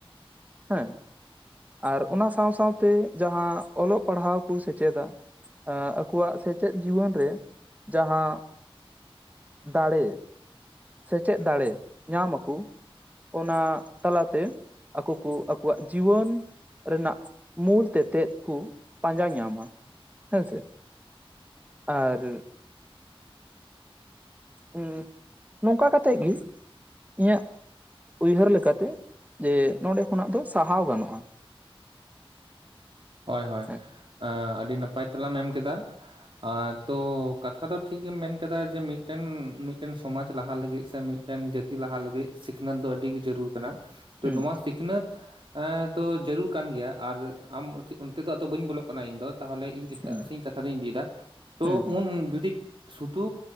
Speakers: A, on the right (about 15°); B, on the right (about 60°).
A: ᱦᱮᱸ᱾ ᱟᱨ ᱚᱱᱟ ᱥᱟᱶ ᱥᱟᱶ ᱛᱮ ᱡᱟᱦᱟᱸ ᱚᱞᱚᱜ ᱯᱟᱲᱦᱟᱣ ᱠᱩ ᱥᱮᱪᱮᱫᱟ ᱾ ᱟᱠᱩᱣᱟᱜ ᱥᱮᱪᱮᱫ ᱡᱤᱭᱚᱱ ᱨᱮ ᱡᱟᱦᱟᱸ ᱫᱟᱲᱮ ᱥᱮᱪᱮᱫ ᱫᱟᱲᱮ ᱧᱟᱢ ᱟᱠᱩ ᱚᱱᱟ ᱛᱟᱞᱟ ᱛᱮ ᱟᱠᱩ ᱠᱩ ᱟᱠᱩᱣᱟᱜ ᱡᱤᱭᱚᱱ ᱨᱮᱱᱟᱜ ᱢᱩᱞ ᱛᱮᱛᱮᱫ ᱠᱩ ᱯᱟᱸᱡᱟ ᱧᱟᱢᱟ ᱦᱮᱸᱥᱮ ᱟᱨ ᱦᱩᱸ ᱱᱚᱝᱠᱟ ᱠᱟᱛᱮᱫ ᱜᱤ ᱤᱧᱟᱹᱜ ᱩᱭᱦᱟᱹᱨ ᱞᱮᱠᱟ ᱛᱮ ᱡᱮ ᱱᱚᱸᱰᱮ ᱠᱷᱚᱱᱟᱜ ᱫᱚ ᱥᱟᱦᱟᱣ ᱜᱟᱱᱚᱜ-ᱟ ᱾
B: ᱦᱳᱭ ᱦᱳᱭ,
A: ᱦᱮᱸ
B: ᱟᱹᱰᱤ ᱱᱟᱯᱟᱭ ᱛᱮᱞᱟᱢ ᱮᱢ ᱠᱮᱫᱟ ᱟᱨ ᱛᱚ ᱠᱟᱛᱷᱟ ᱫᱚ ᱴᱷᱤᱠ ᱜᱮᱢ ᱢᱮᱱ ᱠᱟᱫᱟ ᱡᱮ ᱢᱤᱫᱴᱮᱱ ᱢᱤᱫᱴᱮᱱ ᱥᱚᱢᱟᱡᱽ ᱞᱟᱦᱟ ᱞᱟᱹᱜᱤᱫ ᱥᱮ ᱢᱤᱫᱴᱮᱱ ᱡᱟᱹᱛᱤ ᱛᱤ ᱞᱟᱦᱟ ᱞᱟᱹᱜᱤᱫ ᱥᱤᱠᱷᱱᱟᱹᱛ ᱫᱚ ᱟᱹᱰᱤ ᱜᱮ ᱡᱟᱹᱨᱩᱨ ᱠᱟᱱᱟ ᱾ ᱛᱚ
A: ᱦᱩᱸ
B: ᱱᱚᱣᱟ ᱥᱤᱠᱷᱱᱟᱹᱛ ᱫᱚ ᱡᱟᱹᱨᱩᱨ ᱠᱟᱱ ᱜᱮᱭᱟ ᱾ ᱟᱨ ᱟᱢ ᱚᱱᱛᱮ ᱫᱚ ᱟᱫᱚ ᱵᱟᱹᱧ ᱵᱚᱞᱚᱜ ᱠᱟᱱᱟ ᱤᱧ ᱫᱚ ᱛᱟᱦᱚᱞᱮ ᱤᱧ ᱮᱴᱟᱜ
A: ᱦᱩᱸ
B: ᱥᱮᱡ ᱠᱟᱛᱷᱟ ᱫᱩᱧ ᱤᱫᱤᱭ ᱮᱫᱟ ᱾ ᱛᱚ
A: ᱦᱩᱸ ᱦᱩᱸ
B: ᱩᱱ ᱡᱩᱫᱤ ᱥᱩᱫᱩ